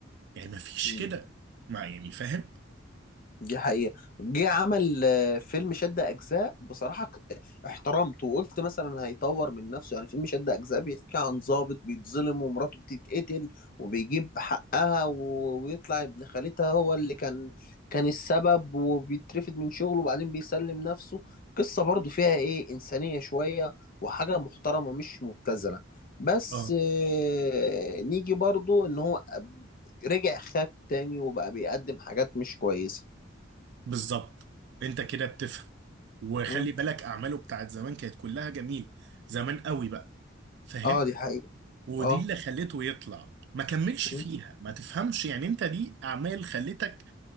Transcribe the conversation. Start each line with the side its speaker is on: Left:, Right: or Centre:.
Right: يعني ما فيش
Left: اه
Right: كده ما يعني فاهم
Left: دي حقيقة جه عمل آه، فيلم شد أجزاء بصراحة ك- احترمته وقلت مثلا هيطور من نفسه يعني فيلم شد أجزاء بيحكي عن ضابط بيتظلم ومراته بتتقتل وبيجيب حقها و- ويطلع ابن خالتها هو اللي كان كان السبب وبيترفد من شغله وبعدين بيسلم نفسه قصة برضو فيها إيه إنسانية شوية وحاجة محترمة مش مبتذلة بس
Right: اه
Left: آه، نيجي برضو إن هو رجع خاب تاني وبقى بيقدم حاجات مش كويسة
Right: بالظبط انت كده بتفهم وخلي
Left: مم.
Right: بالك اعماله بتاعت زمان كانت كلها جميله زمان قوي بقى فاهم
Left: اه دي حقيقة
Right: ودي
Left: اه
Right: اللي خليته يطلع ما كملش
Left: مم.
Right: فيها ما تفهمش يعني انت دي اعمال خلتك